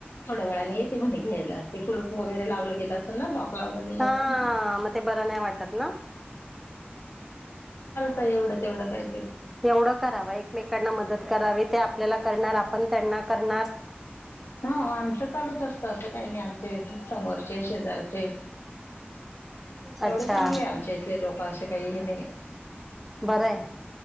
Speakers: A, on the left; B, in the centre.
A: थोड्या वेळाने येते म्हणे घ्यायला ते कुलूप वगर लावलं गेलं असेल ना लॉ... लावला गेला
B: हा
A: असेल मग...
B: ते बरं नाही वाटत ना
A: का एवढं तेवंड काय...
B: तेवढं कराव एकमेकांना मदत करावी ते आपल्याला करणार आपण त्यांना करणार...
A: हा.. चालूच असत असं काही नाही आमचे समोरचे शेजारचे...
B: अच्छा
A: एवढं चांगले आमच्या इथले लोक असे काही हे नाही...
B: बरं आहे...